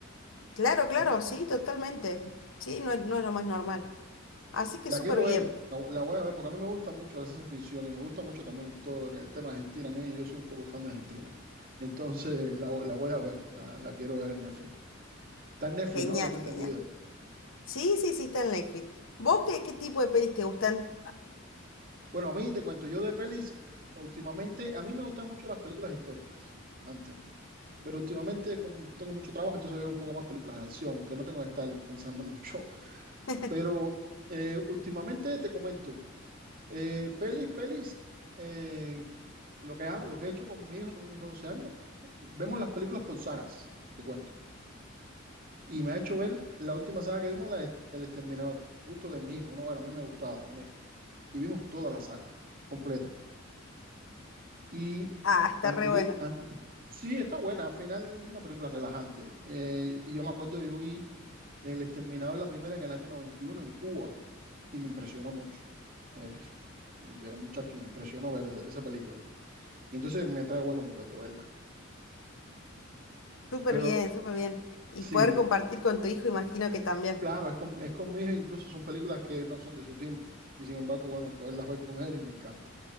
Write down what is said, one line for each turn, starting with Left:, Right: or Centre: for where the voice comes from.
Left: Claro, claro,
Right: ¿no?
Left: sí, totalmente. Sí, no, es- no es lo más normal. Así que
Right: La
Left: súper
Right: quiero
Left: bien.
Right: ver, la, vo- la voy a ver, porque a mí me gusta mucho la ciencia ficción y me gusta mucho también todo lo que el tema Argentina. A mí, yo soy un poco fan de Argentina. Entonces la, la voy a ver, la, la quiero ver en Netflix. Está en Netflix,
Left: Genial,
Right: ¿no? Tengo entendido.
Left: genial. Sí, sí, sí, está en Netflix. ¿Vos qué, qué tipo de pelis te gustan?
Right: Bueno, a mí te cuento, yo de pelis, últimamente, a mí me gustan mucho las películas históricas, antes. Pero últimamente como tengo mucho trabajo, entonces veo un poco más películas de acción, que no tengo que estar pensando <laughs> mucho.
Left: <laughs>
Right: Pero eh, últimamente te comento, eh, pelis, pelis, eh, lo que hago- lo que he hecho con mi hijo, tengo un hijo de 12 años, vemos las películas por sagas, te cuento. Y me ha hecho ver la última saga que vimos, la de El Exterminador, gusto de mi hijo, ¿no? Bueno, a mí me gustaba también. Y vimos toda la saga completa. Y
Left: Ah, está
Right: anterior,
Left: re buena.
Right: an- sí, está buena, al final una película relajante. Eh, y yo me acuerdo, yo vi El Exterminador, la primera en el año 91 en Cuba, y me impresionó mucho. Eh, yo era un muchacho y me impresionó ver esa, esa película. Y entonces me trae buenos recuerdos verla.
Left: Súper
Right: Pero
Left: bien, súper bien. Y
Right: sí,
Left: poder compartir con tu hijo, imagino que también.
Right: Claro, es con, es con mi hijo, incluso son películas que no son de su tiempo. Y sin embargo, bueno, poderlas ver con él y me encanta.